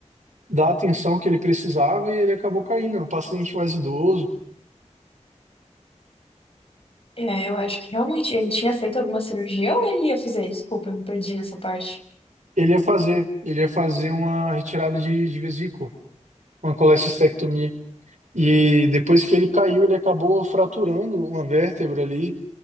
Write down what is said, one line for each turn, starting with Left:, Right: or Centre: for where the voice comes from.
Right: dar a atenção que ele precisava e ele acabou caindo. Era um paciente mais idoso.
Left: É, eu acho que realmente ele tinha feito alguma cirurgia ou ele ia fazer? Desculpa, eu me perdi nessa parte.
Right: Ele ia fazer, ele ia fazer uma retirada de, de vesícula, uma colecistectomia. E depois que ele caiu, ele acabou fraturando uma vértebra ali.